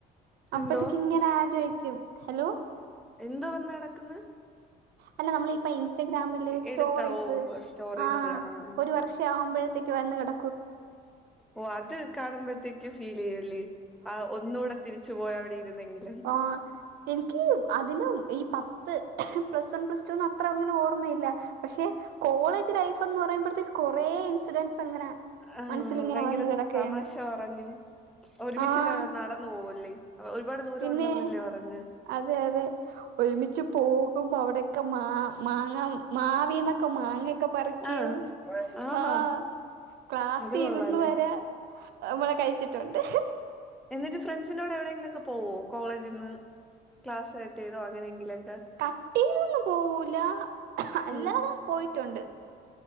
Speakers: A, on the right; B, in the centre.
A: അപ്പഴ്ത്തേക്ക്
B: എന്തോ
A: ഇങ്ങനെ ആലോയിക്കും ഹലോ
B: എന്തോ വന്ന് കിടക്ക് ന്നെ?
A: അല്ല നമ്മള് ഇപ്പ ഇൻസ്റ്റഗ്രാമില് സ്റ്റോറീസ്
B: എടുത്ത ഓ സ്റ്റോറീസ്
A: ആഹ്
B: ആഹ്
A: ഒരു വർഷം ആവുമ്പഴ്ത്തേ ക്ക് വന്ന് കിട
B: ഓ അത് കാണുമ്പോഴത്തേക്ക് ഫീലെയ്യും. <unintelligible> ആ ഒന്നുകൂടെ തിരിച്ചു പോയി അവിടെ ഇരുന്നെങ്കിൽ
A: ആ.. എനിക്ക് അതിന് ഈ പത്ത് പ്ലസ്- പ്ലസ്‌. ടു അത്ര അങ്ങനെ- ഓർമ്മയില്ല പക്ഷെ കോളേജ് ലൈഫ്ന്ന് പറയുമ്പോഴേ- കുറേ.. ഇൻസിഡന്റ്സ്. അങ്ങനെ
B: ആ..
A: മനസ്സിലിങ്ങനെ
B: ഭയങ്കര
A: വന്ന് കിടക്കയാണ്
B: തമാശ പറഞ്ഞും ഒരുമിചോക്ക
A: ആഹ്
B: നടന്നു പോകുല്ലേ. ഒരുപാട് ദൂരം
A: പിന്നെ
B: ഉണ്ടെന്ന്ല്ലേ പറഞ്ഞെ.
A: അതെ അതെ ഒരുമിച്ച് പോകുമ്പോ- അവിടെയൊക്കെ മാങ്ങ, മാവിന്നോ ക്കെ മാങ്ങൊക്കെ പറിക്കൂ
B: ആഹ് ആഹാ
A: ആ.. ക്ലാസ്
B: അത് കൊള്ളാല്ലേ
A: ഇരുന്നു വരെ നമ്മളെ കഴിച്ചിട്ടുണ്ട്.
B: എന്നിട്ട് ഫ്രണ്ട്സിന്റെടെ- എവിടെങ്കിലുക്കെ പോവോ? കോളേജിൽ നിന്ന്. ക്ലാസ് കാട്ട് ചെയ്‌തോ തോ.. അങ്ങനെങ്കില്-
A: കട്ടി ചെയ്‌തോന്നും പോവുല അല്ലാതെ
B: ഉം
A: പോയിട്ടുണ്ട്.